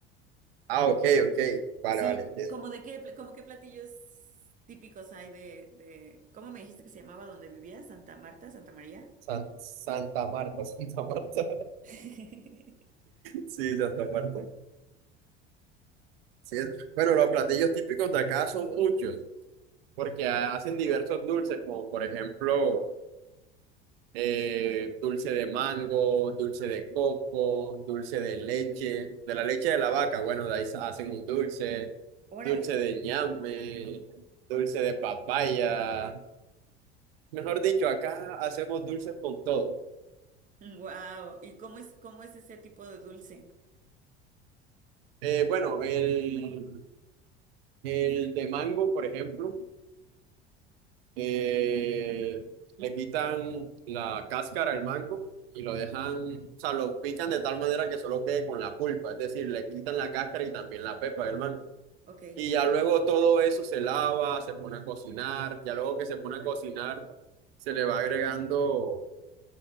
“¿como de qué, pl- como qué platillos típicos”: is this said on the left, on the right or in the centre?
Right